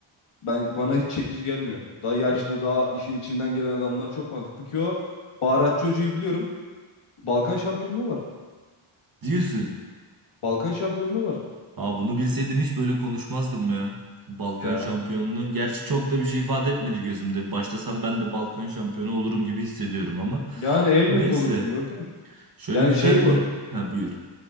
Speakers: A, on the left (about 75°); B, on the right (about 45°).
A: ben, bana hiç çekici gelmiyor. Daha yaşlı,
B: yok
A: daha işin içinden gelen adamlar çok mantıklı ki o baharatçı hocayı biliyorum. Balkan şampiyonluğu var.
B: diyorsun.
A: Balkan şampiyonluğu var.
B: Aa bunu bilseydim hiç böyle konuşmazdım ya. Balkan
A: Ya.
B: şampiyonluğu. Gerçi çok da bir şey ifade etmedi gözümde. Başlasam ben de Balkan şampiyonu olurum gibi hissediyorum ama.
A: Yani elbette
B: Neyse.
A: olursun Görkemciğim.
B: Şöyle
A: Yani
B: güzel
A: şey bu.
B: bir... Ha buyur.